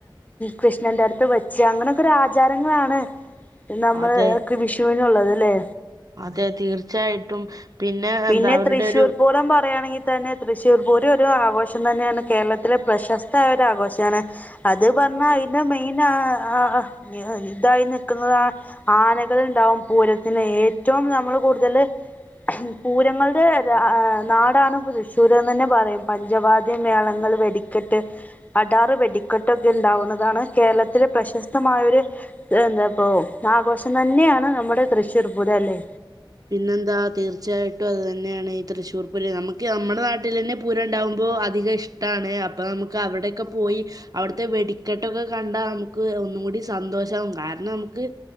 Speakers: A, on the left; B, on the right.
A: കൃഷ്ണന്റെ അടുത്ത് വെച്ച് അങ്ങനൊക്കൊരു ആചാരങ്ങളാണ് നമ്മൾ
B: അതെ
A: ക്ക് വിഷുവിനുള്ളത് ല്ലേ
B: അതെ തീർച്ചയായിട്ടും
A: പിന്നെ
B: എന്താ അവരുടെ
A: തൃശ്ശൂർ
B: ഒരു
A: പൂരം പറയാണെൽ തന്നെ തൃശ്ശൂർ പൂരം ഒരു ആഘോഷം തന്നെയാണ് കേരളത്തിലെ പ്രശസ്തായ ഒരു ആഘോഷാണ് അത് പറഞ്ഞാൽ അതിന്റെ മെയിൻ ആ ഇതായി നിൽക്കുന്നത് ആനകൾ ഉണ്ടാവും പൂരത്തിന് ഏറ്റവും നമ്മൾ കൂടുതൽ പൂരങ്ങളുടെ നാടാണ് തൃശ്ശൂരന്ന് ന്നെ പറയും പഞ്ചവാദ്യ മേളങ്ങൾ വെടിക്കെട്ട് അടാറ് വെടിക്കെട്ടൊക്കെ ഉണ്ടാവുന്നതാണ് കേരളത്തിലെ പ്രശസ്തമായൊരു എന്താപ്പോ ആഘോഷം തന്നെയാണ് മ്മുടെ തൃശ്ശൂർ പൂരം അല്ലെ
B: പിന്നെന്താ തീർച്ചയായിട്ടും അത് തന്നെയാണ് ഈ തൃശ്ശൂർ പൂരം നമ്ക്ക് നമ്മുടെ നാട്ടിൽ തന്നെ പൂരം ഉണ്ടാവുമ്പോ അധികം ഇഷ്ടാണ് അപ്പൊ മുക്ക് അവിടെയൊക്കെ പോയി അവിടുത്തെ വെടിക്കെട്ടൊക്കെ കണ്ടാ മുക്ക് ഒന്നുംകൂടി സന്തോഷാവും കാരണം നമുക്ക്